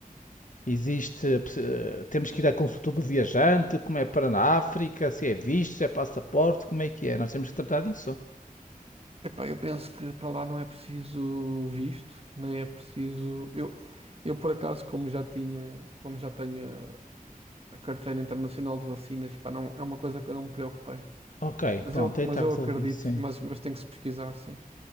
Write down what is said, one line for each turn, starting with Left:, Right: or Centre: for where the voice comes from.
Left: Existe. possi- eh, Temos que ir à consulta do viajante, como é para na África, se é visto, se é passaporte, como é que é? Nós temos que tratar disso.
Right: Epá, eu penso que para lá não é preciso visto, nem é preciso. Eu, eu por acaso, como já tinha, como já tenho a carteira internacional de vacinas, pá, não, é uma coisa que eu não me preocupei.
Left: Ok,
Right: Mas
Left: pronto,
Right: eu,
Left: aí
Right: mas
Left: está
Right: eu
Left: resolvido,
Right: acredito,
Left: sim.
Right: mas, mas tem que se pesquisar, sim.